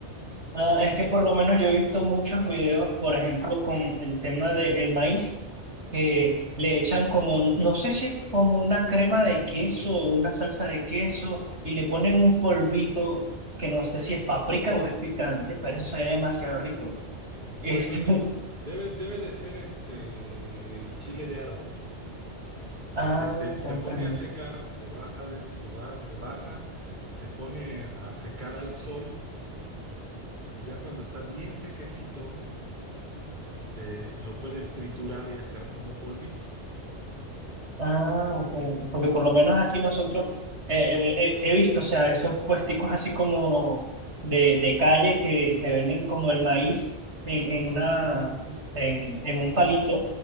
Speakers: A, on the right (about 70°); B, on the right (about 40°).
A: Ah, es que por lo menos yo he visto muchos videos, por ejemplo, con el tema del maíz, que le echan como, no no sé si es como una crema de queso o una salsa de queso, y le ponen un polvito que no sé si es paprika o es picante, pero eso se ve demasiado rico.
B: Bueno,
A: Este,
B: de- debe, debe de ser este chile de árbol,
A: <laughs> ah,
B: que se, se, se
A: comprendo.
B: pone a secar, se baja, de- se va, se baja, se pone a secar al sol y ya cuando está bien sequecito, se lo puedes triturar y hacer como polvito.
A: Ah, ok, ok. Porque por lo menos aquí nosotros eh, eh, eh, he visto, o sea, esos puesticos así como de, de calle que te venden como el maíz en, en una en, en un palito.